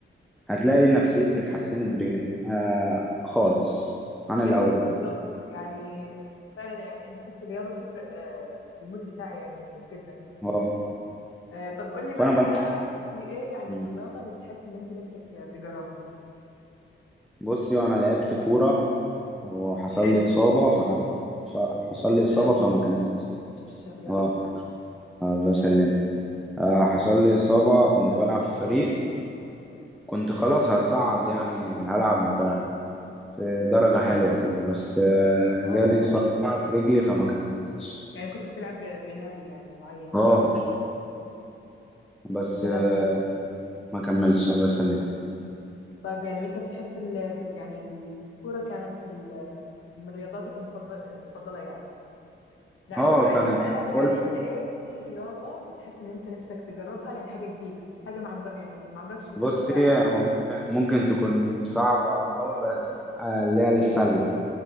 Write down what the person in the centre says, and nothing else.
هتلاقي نفسيتك اتحسنت ب... آه خالص عن الاول
اه
فانا
بن...
بصي انا لعبت كوره وحصل
لي اصابه ف... فحصل لي اصابه
فما كملتش
اه
الله يسلم آه حصل لي إصابة كنت بلعب في فريق كنت خلاص هتصعد يعني هلعب آه، في درجة حلوة كده بس آه،
جالي إصابة في رجلي فما كملتش
اه بس
آه، ما كملتش الله يسلم
اه
كانت
قلت
بصي
هو ممكن ممكن تكون صعبة أوي بس آه، اللي هي السلة